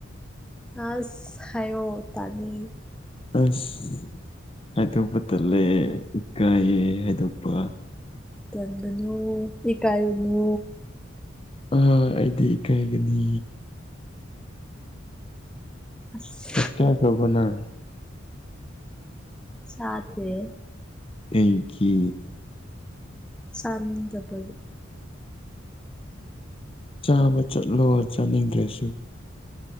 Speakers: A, in the centre; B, on the left.
A: ꯑꯁ ꯍꯥꯏꯌꯣ ꯇꯥꯅꯤꯡꯉꯤ꯫
B: ꯑꯁ ꯍꯥꯏꯗꯣꯛꯄ ꯇꯠꯂꯦ ꯏꯀꯥꯏꯌꯦ ꯍꯥꯏꯗꯣꯛꯄ
A: ꯇꯟꯒꯅꯨ ꯏꯀꯥꯔꯨꯅꯨ꯫
B: ꯑ ꯑꯩꯗꯤ ꯏꯀꯥꯏꯒꯅꯤ
A: ꯑꯁ꯫
B: ꯆꯥꯛ ꯆꯗꯕ ꯅꯪ
A: ꯆꯥꯗꯦ
B: ꯑꯩꯀꯤ
A: ꯆꯥꯅꯤꯡꯗꯕꯒꯤ
B: ꯆꯥꯕ ꯆꯠꯂꯣ ꯆꯥꯅꯤꯡꯗ꯭ꯔꯁꯨ